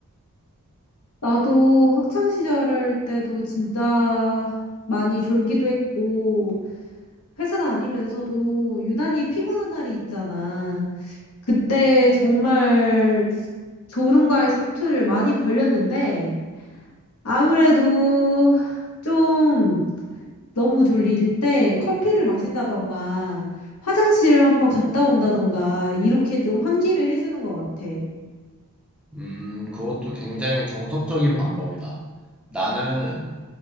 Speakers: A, on the left; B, in the centre.
A: 나도 학창 시절 때도 진짜 많이 졸기도 했고, 회사 다니면서도 유난히 피곤한 날이 있잖아. 그때 정말 졸음과의 사투를 많이 벌였는데, 아무래도 좀 너무 졸릴 때 커피를 마신다던가, 화장실을 한번 갔다 온다던가, 이렇게 좀 환기를 해주는 것 같아.
B: 음, 그것도 굉장히 정석적인 방법이다. 나는